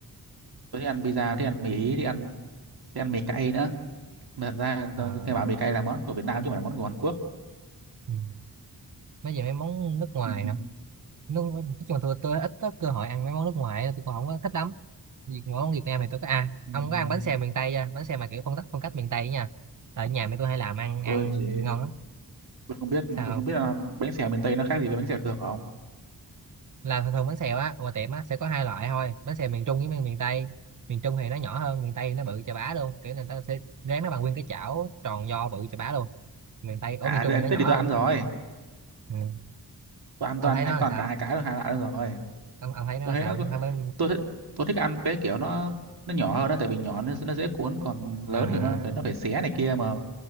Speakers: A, on the right; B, on the right.
A: tôi thích ăn pizza thích ăn mì ý thích ăn thích ăn mì cay nữa Mà thật ra
B: à
A: tôi cái bảo mì cay là món của Việt Nam chứ không phải là món của Hàn Quốc
B: ừ. mấy về mấy món nước ngoài
A: <laughs>
B: hả nước nói chung là tôi tôi ít có cơ hội ăn mấy món nước ngoài tôi còn không có thích lắm Vì món Việt Nam thì tôi có à
A: Ừm,
B: ông có ăn bánh xèo miền Tây chưa bánh xèo mà kiểu phong cách phong cách miền Tây ấy nha ở nhà mẹ tôi hay làm ăn ăn
A: tôi chỉ
B: ngon lắm
A: tôi không biết
B: sao
A: tôi không biết là bánh xèo miền Tây nó khác gì với bánh xèo thường không
B: là thường thường bánh xèo á ngoài tiệm á sẽ có hai loại thôi bánh xèo miền Trung với miền miền Tây miền Trung thì nó nhỏ hơn miền Tây thì nó bự chà bá luôn kiểu người ta sẽ rán nó bằng nguyên cái chảo tròn do bự chà bá luôn miền Tây ở
A: à
B: miền Trung
A: thế
B: thì nó nhỏ
A: thế thì tôi
B: hơn
A: ăn rồi
B: ừ.
A: tôi ăn
B: ông
A: toàn
B: thấy
A: hết
B: nó
A: toàn
B: là sao
A: cả hai cái rồi hai loại đó rồi
B: ông ông thấy nó
A: tôi
B: là
A: thấy
B: sao
A: nó có-
B: ông thấy mấy
A: tôi thích tôi thích ăn cái kiểu nó nó nhỏ hơn đó tại vì nhỏ nó, nó dễ cuốn còn lớn
B: à à,
A: thì nó phải nó phải xé này kia mà